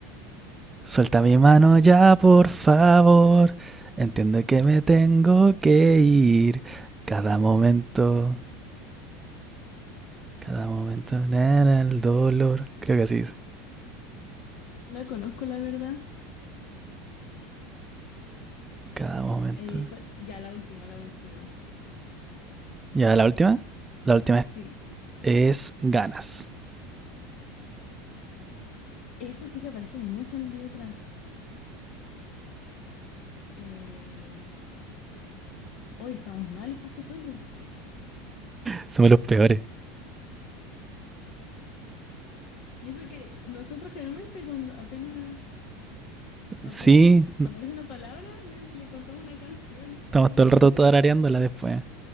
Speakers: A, on the right; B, on the left.
A: Suelta mi mano ya, por favor. Entiende que me tengo que ir. Cada momento, cada momento, nana, el dolor. Creo que así dice.
B: La conozco, la verdad.
A: Cada momento.
B: Eh, ¿cuál- ya, la última, la última.
A: Ya, la última. La última es,
B: Sí.
A: es ganas.
B: Eso sí que aparece mucho en las letras. Eh, hoy estamos malos para este juego.
A: Somos los peores.
B: Y eso que nosotros generalmente cuando apenas. Apenas
A: Sí,
B: aparece una palabra, les, le encontramos una canción, generalmente.
A: estamos todo el rato tarareándola después.